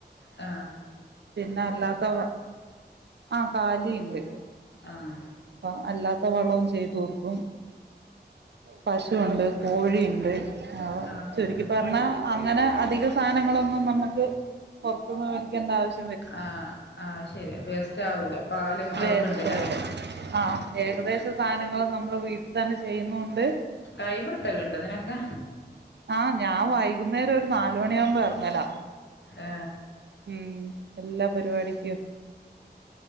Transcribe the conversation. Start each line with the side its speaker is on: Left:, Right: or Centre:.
Left: ആ
Right: തിന്നല്ലതവ ആ കാലി ണ്ട്
Left: ആഹ്
Right: ട്ട് അല്ലാത്ത വളം ചെയ്ത് കൊടുക്കും പശു ഉണ്ട് കോഴി ഉണ്ട് ആ
Left: ആഹ്
Right: ചുരുക്കി പറഞ്ഞാ അങ്ങനെ അധിക സാനം ലങ്ങളൊന്നും നമ്മക്ക് പുറത്തുന്നു വാങ്ങിക്കേണ്ട ആവിശ്യം
Left: ആ അയ്‌ ശരിയ വേസ്റ്റ് ആവുല പാലും
Right: വേസ്റ്റോടെ
Left: അതൊക്കെ ഇണ്ട് ലെ
Right: ആ ഏകദേശം സാനങ്ങളു നമ്മള് വീട്ടിത്തന്നെ ചെ ചെയ്യുന്നുണ്ട്
Left: ടൈം കിട്ടലുണ്ടോ ഇതിനൊക്കെ
Right: ആ ഞാ വൈകുന്നേരം ഒരു നാലുമണിയാവുമ്പോ ഇറങ്ങലാ
Left: ഏ
Right: ഉം എല്ലാ പരിപാടിക്കും